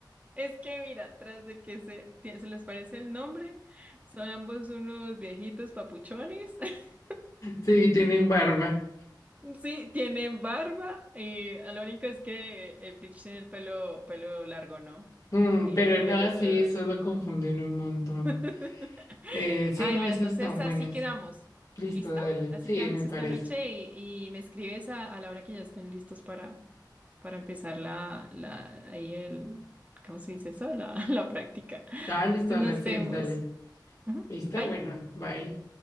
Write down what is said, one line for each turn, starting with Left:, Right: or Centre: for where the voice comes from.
Right: Es que mira, tras de que se, tie- se les parece el nombre, son ambos unos viejitos papuchones. <laughs>
Left: Sí, tienen barba.
Right: Sí, tienen barba y lo único es que el Bleach tiene el pelo, pelo largo, ¿no?
Left: Mm,
Right: Y
Left: pero
Right: el, y
Left: nada,
Right: el otro...
Left: sí, eso lo confunden un montón.
Right: <laughs>
Left: Eh, sí,
Right: Ay,
Left: no,
Right: bueno,
Left: esas
Right: entonces
Left: están
Right: así
Left: buenas.
Right: quedamos.
Left: Listo,
Right: ¿Listo?
Left: dale.
Right: Así
Left: Sí,
Right: quedamos
Left: me parece.
Right: esta noche y, y me escribes a, a la hora que ya estén listos para, para empezar la, la, ahí el, ¿cómo se dice eso? La, <laughs> la práctica.
Left: Dale,
Right: Entonces
Left: listo, a
Right: nos
Left: las seis,
Right: vemos.
Left: dale.
Right: Ujú,
Left: está
Right: Bye.
Left: bueno, bye.